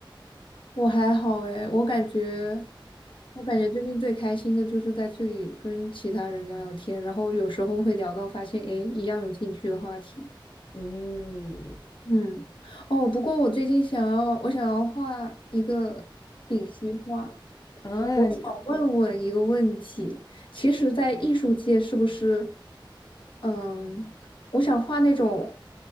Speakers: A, on the left; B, on the left.
A: 我还好诶，我感觉，我感觉最近最开心的就是在这里跟其他人聊聊天，然后有时候会聊到发现，诶，一样有兴趣的话题。
B: 嗯，
A: 嗯，哦，不过我最近想要，我想要画一个丙烯画。
B: 啊，
A: 我想问问一个问题，
B: 你
A: 其实，在艺术界是不是，嗯，我想画那种